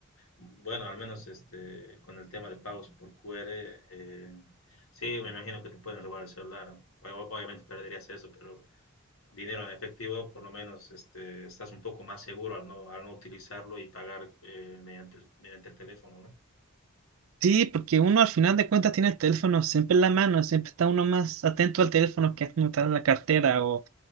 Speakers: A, on the left; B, on the right.
A: bueno, al menos este, con el tema de pagos por QR, eh, sí, me imagino que te pueden robar el celular. O- Obviamente perderías eso, pero dinero en efectivo, por lo menos este, estás un poco más seguro al no, al no utilizarlo y pagar eh, mediante el, mediante el teléfono, ¿no?
B: sí, porque uno al final de cuentas tiene el teléfono siempre en la mano, siempre está uno más atento al teléfono que uno está en la cartera o